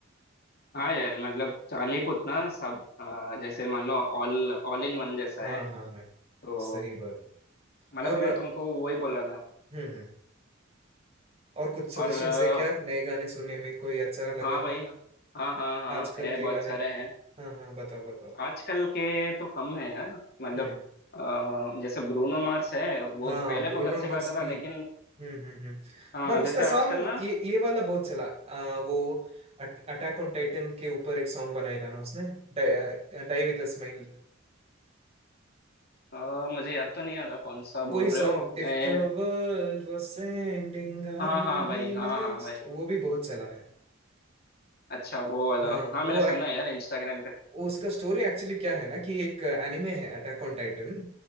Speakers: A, on the left; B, on the right.
A: हाँ यार मतलब चालीपुतना सब आ, जैसे मान लो ऑल ऑल इन वन जैसा
B: हाँ
A: है
B: हाँ हाँ
A: तो
B: सही बात
A: मतलब
B: और
A: मैं तुमको वो ही बोल रहा था
B: हम्म हम्म और कुछ सजेशन
A: और अ,
B: है क्या नए गाने सुनने में कोई अच्छा लगा
A: हाँ भाई हाँ हाँ हाँ
B: आजकल
A: है
B: के
A: बहुत
B: गाने
A: सारे हैं
B: हाँ हाँ बताओ बताओ
A: आजकल के तो कम है यार मतलब
B: हम्म
A: आ, जैसे ब्रूनो मार्स है वो
B: हाँ
A: पहले
B: ब्रूनो
A: बहुत अच्छे
B: मार्स
A: गाता था
B: भी
A: लेकिन
B: हम्म हम्म हम्म
A: हाँ
B: पर उसका
A: जैसे आजकल
B: सॉन्ग
A: ना
B: ये ये वाला बहुत चला आ, वो अटैक ऑन टाइटन के ऊपर एक सॉन्ग बनाया था ना उसने डाई विद अ स्माइल
A: अ, मुझे याद तो नहीं आ रहा कौन सा
B: वही
A: बोल रहे
B: song
A: हो
B: if
A: मैं
B: the world was ending I
A: हाँ
B: wanna
A: हाँ भाई
B: be
A: हाँ
B: next
A: हाँ भाई
B: वो भी बहुत चला है
A: अच्छा वो वाला
B: हाँ
A: हाँ
B: वो
A: मैंने सुना है यार इंस्टाग्राम पे
B: वो उसका स्टोरी एक्चुअली क्या है ना कि एक एनिमे है अटैक ऑन टाइटन